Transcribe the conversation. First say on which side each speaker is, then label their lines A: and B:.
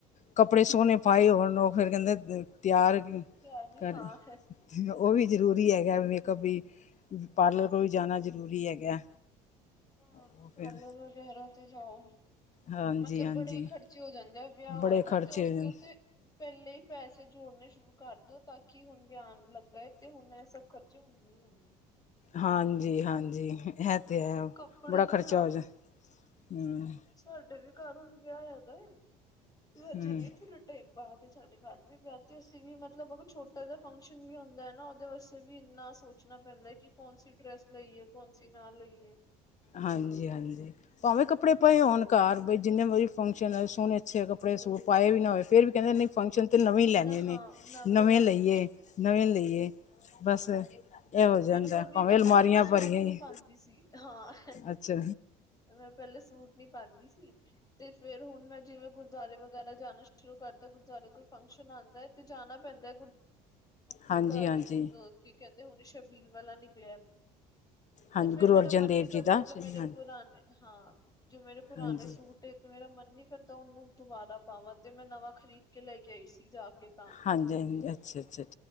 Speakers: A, on the left; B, on the left.
A: ਕੱਪੜੇ ਸੋਹਣੇ ਪਾਏ ਹੋਨ ਉਹ ਫਿਰ ਕਹਿੰਦੇ ਤਿਆਰ
B: ਤੇ ਆ ਵੀ
A: ਕਰ
B: ਹਾਂ
A: ਉਹ ਵੀ ਜ਼ਰੂਰੀ ਹੈ ਕਿ
B: ਜ਼ਰੂਰੀ
A: ਮੇਕਅੱਪ ਵੀ। ਪਾਰਲਰ ਕੋਲ ਜਾਣਾ ਜਰੂਰੀ ਹੈਗਾ।
B: ਹਮ
A: ਉਹ
B: ਪਾਰਲਰ
A: ਫਿਰ
B: ਵਗੈਰਾ ਤੇ ਜਾਓ
A: ਹਾਂਜੀ
B: ਮਤਲਬ
A: ਹਾਂਜੀ
B: ਬੜੇ ਖਰਚੇ ਹੋ ਜਾਂਦੇ ਆ ਵਿਆਹ
A: ਬੜੇ
B: ਹੋਏ ਨਾ
A: ਖਰਚੇ
B: ਤੇ ਉਸ
A: ਹੋ,
B: ਤੋਂ ਤੇ ਪਹਿਲੇ ਹੀ ਪੈਸੇ ਜੋੜਨੇ ਸ਼ੁਰੂ ਕਰ ਦੋ ਤਾਂਕਿ ਹੁਣ ਵਿਆਹ ਲੱਗਾ ਏ ਤੇ ਹੁਣ ਇਹ ਸਭ ਖਰਚੇ ਹੋਣੇ ਹੀ ਹੋਣੇ ਹੈ।
A: ਹਾਂਜੀ-ਹਾਂਜੀ ਇਹ ਤੇ ਹੈ
B: ਕੱਪੜੇ
A: ਬੜਾ ਖ਼ਰਚਾ
B: ਤੇ ਹਾਂ
A: ਹੋ ਜਾ ਹਮ।
B: ਸਾਡੇ ਵੀ ਘਰ ਹੁਣ ਵਿਆਹ ਹੈਗਾ ਏ ਹਜੇ
A: ਹੂੰ
B: ਨੀ ਥੋ ਟਾਈਮ ਬਾਦ ਏ ਸਾਡੇ ਘਰ ਤੇ ਵਿਆਹ ਤੇ ਅਸੀਂ ਵੀ ਮਤਲਬ ਛੋਟ ਜਿ ਫਕਸ਼ਨ ਵੀ ਹੁੰਦਾ ਹੈ ਨਾ ਉਹਦੇ ਵਾਸਤੇ ਵੀ ਇੰਨਾ ਸੋ ਸੋਚਣਾ ਪੈਂਦਾ ਕਿ ਕੌਣ ਸੀ ਡਰੈਸ ਲਈਏ ਕੌਣਸੀ ਨਾ ਲਈਏ।
A: ਹਾਂਜੀ-ਹਾਂਜੀ ਭਾਵੇਂ ਕੱਪੜੇ ਪਾਏ ਹੋਣ ਘਰ ਬਈ ਜਿੰਨੇ ਮਰਜ਼ੀ ਫੰਕਸ਼ਨ ਹੈਏ ਸੋਹਣੇ ਅੱਛੇ ਕੱਪੜੇ ਪਾਏ ਵੀ ਨਾ ਹੋਏ ਫਿਰ ਵੀ ਕਹਿੰਦੇ ਨੇ ਫੰਕਸ਼ਨ ਤੇ ਨਵੇਂ ਲੈਣੇ
B: ਨਾ
A: ਨੇ
B: ਹਾਂ
A: ਨਵੇਂ
B: ਲੈਣੇ
A: ਲਈਏ, ਨਵੇਂ ਲਈਏ। ਬਸ ਇਹ ਹੋ ਜਾਂਦਾ
B: ਮੇਰੇ ਕੋਲ ਵੀ
A: ਭਾਵੇਂ
B: ਨਾ
A: ਅਲਮਾਰੀਆਂ
B: ਪਹਿਲੇ ਮੈਂ ਸੂਟ
A: ਭਰੀਆਂ
B: ਨੀ
A: ਹੀ
B: ਪਾਉਦੀ ਸੀ। ਹਾਂ
A: ਅੱਛਾ
B: ਮੈਂ ਪਹਿਲੇ ਸੂਟ ਨੀ ਪਾਦੀ ਸੀ। ਤੇ ਫੇਰ ਹੁਣ ਮੈਂ ਜਿਵੇਂ ਗੁਰਦੁਆਰੇ ਵਗੈਰਾ ਜਾਣਾ ਸ਼ੁਰੂ ਕਰਤਾ ਗੁਰਦੁਆਰੇ ਕੋਈ ਫੰਕਸ਼ਨ ਆਦਾ ਤੇ ਜਾਣਾ ਪੈਂਦਾ ਗੁਰ
A: ਹਾਂਜੀ
B: ਦੁਆਰੇ
A: ਹਾਂਜੀ
B: ਹੁਣ ਕੀ ਕਹਿੰਦੇ ਹੁਣ ਸ਼ਬੀਲ ਵਾਲਾ ਨਿਕਲਿਆ
A: ਹਾਂਜੀ
B: ਤੇ ਫੇਰ
A: ਗੁਰੂ
B: ਮੇਰਾ
A: ਅਰਜਨ
B: ਮਨ
A: ਦੇਵ
B: ਨਹੀਂ ਕਰਦਾ
A: ਜੀ ਦਾ ਹਾਂਜੀ
B: ਜੋ ਮੇਰੇ ਪੁਰਾਣੇ ਹਾਂ ਜੋ ਮੇਰੇ ਪੁਰਾਣੇ
A: ਹਾਂਜੀ
B: ਸੂਟ ਏ ਤੇ ਮੇਰਾ ਮਨ ਨੀ ਕਰਦਾ ਉਹਨੂੰ ਦੁਬਾਰਾ ਪਾਵਾਂ ਤੇ ਮੈਂ ਨਵਾਂ ਖਰੀਦ ਕੇ ਲੈ ਕੇ ਆਈ ਸੀ ਜਾ ਕੇ ਤਾਂ।
A: ਹਾਂਜੀ-ਹਾਂਜੀ ਅੱਛਾ-ਅੱਛਾ।